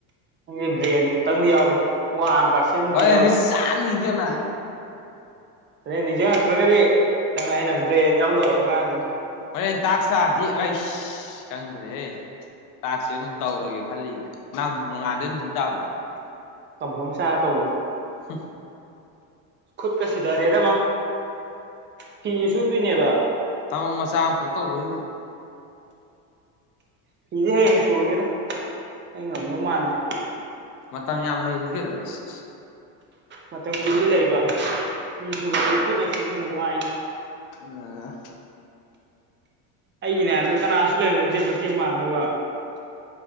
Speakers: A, on the right; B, on the left.
A: ꯅꯪꯗꯤ ꯕ꯭ꯔꯦꯟꯗꯤ ꯈꯤꯇꯪꯗꯤ ꯌꯥꯎꯔꯤ ꯋꯥꯟ ꯄꯥꯔꯁꯦꯟ ꯃꯨꯛꯇꯤ
B: ꯍ‌ꯣꯔ‌ꯦꯟꯗꯤ
A: ꯌꯥꯎꯔꯤ
B: ꯁꯥꯠ ꯅꯤꯡꯁꯤꯡꯉꯛꯑꯅꯤ
A: ꯍ‌ꯣꯔ‌ꯦꯟ ꯅꯤꯡꯁꯤꯡꯉꯛꯇ꯭ꯔꯒꯗꯤ ꯅꯪ ꯑꯩꯅ ꯕ꯭ꯔꯦꯟ ꯌꯥꯎꯗꯕ ꯑꯉꯥꯡ
B: ꯍꯣꯔꯦꯟ ꯇꯥꯛꯁ ꯂꯥꯛꯑꯗꯤ ꯑꯩꯁ ꯈꯪꯗ꯭ꯔꯦꯍ‌ꯦ ꯇꯥꯛꯁ ꯁꯦ ꯑꯗꯨꯝ ꯇꯧꯔꯒꯦ ꯈꯜꯂꯤꯌ‌ꯦ ꯅꯣꯡꯉꯥꯟꯕꯗꯩ ꯅꯨꯃꯤꯠꯇꯥꯕꯐꯥꯎ
A: ꯀꯝꯐꯣꯏ ꯑꯃ ꯆꯥꯔꯒ ꯇꯧꯕꯗꯤ
B: ꯍ
A: ꯈꯨꯠꯀ ꯁꯤꯗꯔꯦꯗꯃ ꯐꯤ ꯁꯨꯗꯣꯏꯅꯦꯕ
B: ꯊꯕꯛ ꯃꯆꯥ ꯑꯃꯈꯛ ꯇꯧꯕꯩꯕꯨ
A: ꯐꯤꯗꯤ ꯍꯌꯦꯡ ꯁꯨꯔꯒꯦꯗ ꯑꯩ ꯉꯝꯗꯧ ꯃꯥꯟꯗ꯭ꯔꯦ
B: ꯃꯇꯝ ꯌꯥꯝ ꯂꯩꯔꯤꯒꯦꯗꯔ ꯁꯤ
A: ꯃꯇꯝ ꯈꯨꯗꯤꯡꯒꯤ ꯂꯩꯕ ꯐꯤꯁꯨꯕ ꯑꯗꯨ ꯀꯨꯠꯅ ꯁꯨꯕꯅꯦ ꯋꯥꯏꯅꯤ
B: ꯑ
A: ꯑꯩꯒꯤꯅ ꯍꯥꯏꯕꯗ ꯀꯅꯥꯁꯨ ꯂꯩꯕ ꯅꯠꯇꯦ ꯃꯇꯦꯡ ꯄꯥꯡꯅꯕ